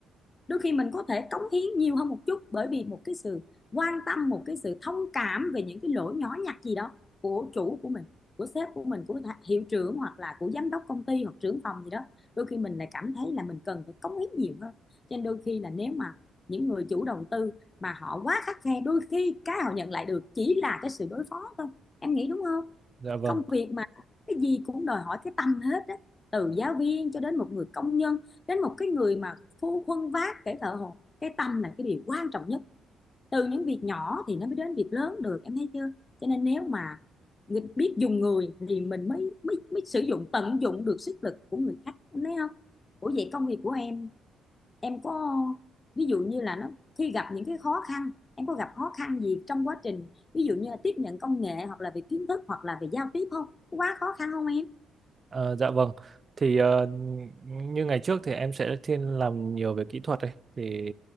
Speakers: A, on the left; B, on the right.
A: đôi khi mình có thể cống hiến nhiều hơn một chút bởi vì một cái sự quan tâm một cái sự thông cảm về những cái lỗi nhỏ nhặt gì đó của chủ của mình của sếp của mình của hiệu trưởng hoặc là của giám đốc công ty hoặc trưởng phòng gì đó đôi khi mình lại cảm thấy là mình cần phải cống hiến nhiều hơn cho nên đôi khi là nếu mà những người chủ đầu tư mà họ quá khắt khe đôi khi cái họ nhận lại được chỉ là cái sự đối phó thôi em nghĩ đúng không
B: Dạ vâng.
A: công việc mà cái gì cũng đòi hỏi cái tâm hết á từ giáo viên cho đến một người công nhân đến một cái người mà phu khuân vác kẻ thợ hồ cái tâm là cái điều quan trọng nhất từ những việc nhỏ thì nó mới đến việc lớn được em thấy chưa cho nên nếu mà người- biết dùng người thì mình mới mới mới sử dụng tận dụng được sức lực của người khác em thấy không ủa vậy công việc của em em có ví dụ như là nó khi gặp những cái khó khăn em có gặp khó khăn gì trong quá trình ví dụ như là tiếp nhận công nghệ hoặc là về kiến thức hoặc là về giao tiếp không quá khó khăn không em
B: Ờ, dạ vâng. Thì ờ, như ngày trước thì em sẽ thiên làm nhiều về kỹ thuật ấy thì